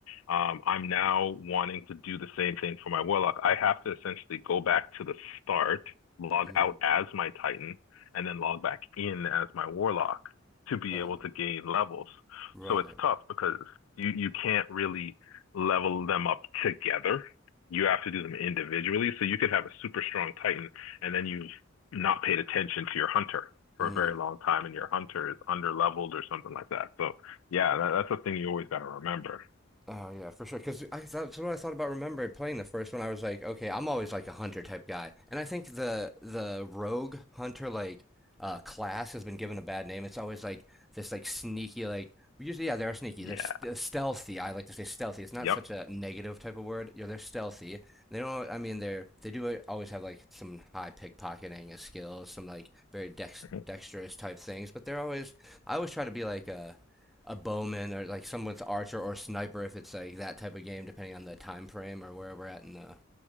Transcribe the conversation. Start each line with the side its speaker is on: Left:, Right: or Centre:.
Left: Um, I'm now wanting to do the same thing for my Warlock. I have to essentially go back to the start, log
Centre: Mm.
Left: out as my Titan, and then log back in as my Warlock to be
Centre: Uh,
Left: able to gain levels.
Centre: right.
Left: So it's tough because you you can't really level them up together. You have to do them individually. So you could have a super strong Titan and then you've not paid attention to your hunter for
Centre: Mm.
Left: a very long time and your hunter is under leveled or something like that. So yeah, that, that's a thing you always got to remember.
Centre: Oh yeah, for sure. Because I that's what I thought about. Remember playing the first one, I was like, okay, I'm always like a hunter type guy, and I think the the rogue hunter like uh, class has been given a bad name. It's always like this like sneaky like usually yeah they are sneaky.
Left: Yeah.
Centre: They're st stealthy. I like to say stealthy. It's not
Left: Yep.
Centre: such a negative type of word. You know, they're stealthy. They don't. I mean, they're they do always have like some high pickpocketing skills, some like very dex
Left: 100%.
Centre: dexterous type things, but they're always. I always try to be like a a bowman or like someone's archer or sniper if it's like that type of game, depending on the time frame or where we're at in the